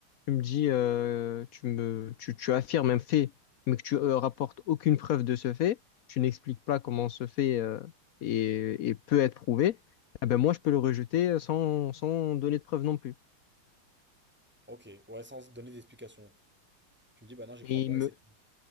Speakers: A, on the left (about 90°); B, in the centre.
A: tu me dis, euh, tu me, tu, tu affirmes un fait, mais que tu euh, rapportes aucune preuve de ce fait, tu n'expliques pas comment ce fait euh, est- et peut être prouvé, eh ben moi, je peux le rejeter euh, sans, sans donner de preuve non plus.
B: Ok, ouais, sans donner d'explication. Tu me dis, bah non, j'y
A: Et
B: crois pas
A: il me,
B: et c'est tout.